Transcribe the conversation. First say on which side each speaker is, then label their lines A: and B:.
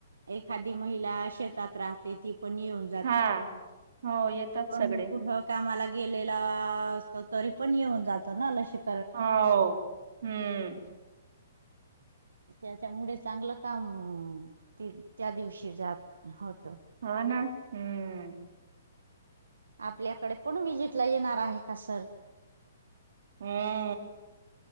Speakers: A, on the right (about 85°); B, on the right (about 65°).
A: एखादी महिला शेतात राहते ती पण येऊन
B: हा हो येतात
A: कठ
B: सगळे
A: कामाला गेलेला असतो तरी पण येऊन जातो ना ल शिक
B: हो हम्म
A: त्याच्यामुळे चांगलं काम त त्या दिवशी जात होत
B: हा ना हम्म
A: आपल्याकडे पण विजिटला येणार आहे का सर
B: हम्